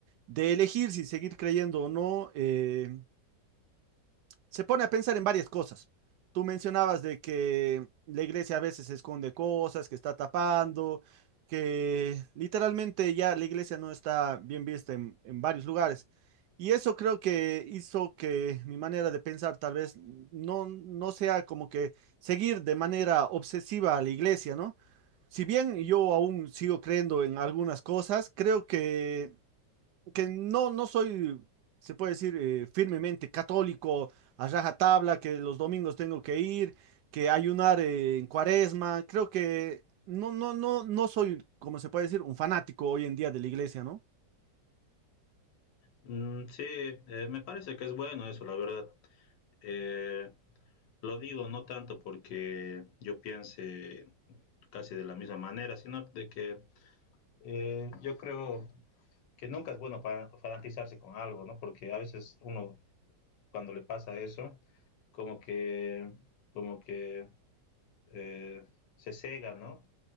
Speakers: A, on the right; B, on the left.
A: de elegir si seguir creyendo o no, eh, se pone a pensar en varias cosas. Tú mencionabas de que la iglesia a veces esconde cosas, que está tapando, que literalmente ya la iglesia no está bien vista en, en varios lugares. Y eso creo que hizo que mi manera de pensar tal vez no, no sea como que seguir de manera obsesiva a la iglesia, ¿no? Si bien yo aún sigo creyendo en algunas cosas, creo que que no, no soy, se puede decir, eh, firmemente católico, a rajatabla, que los domingos tengo que ir, que ayunar eh, en cuaresma. Creo que no, no, no, no soy, como se puede decir, un fanático hoy en día de la iglesia, ¿no?
B: Mm, sí, eh, me parece que es bueno eso, la verdad. Eh, Lo digo no tanto porque yo piense casi de la misma manera, sino de que eh, yo creo que nunca es bueno para fanatizarse con algo, ¿no? Porque a veces uno cuando le pasa eso, como que, como que eh, se cega, ¿no?